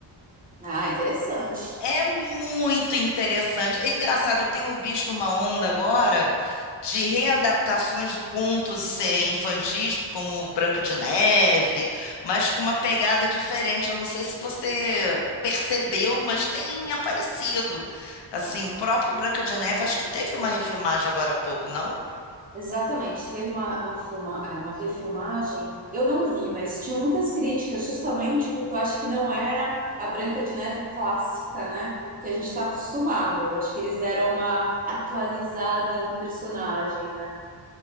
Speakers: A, on the right (about 20°); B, on the left (about 70°).
A: Ah, interessante.
B: É muito interessante. É engraçado, eu tenho visto uma onda agora de readaptações de contos eh, infantis, como Branca de Neve, mas com uma pegada diferente. Eu não sei se você percebeu, mas tem aparecido. Assim, o próprio Branca de Neve, acho que teve uma refilmagem agora há pouco, não?
A: Exatamente. Teve uma, uma, filma, é, uma refilmagem, eu não vi, mas tinham muitas críticas, justamente porque eu acho que não era a Branca de Neve clássica, né? Que a gente está acostumado. Eu acho que eles deram uma atualizada no personagem, né?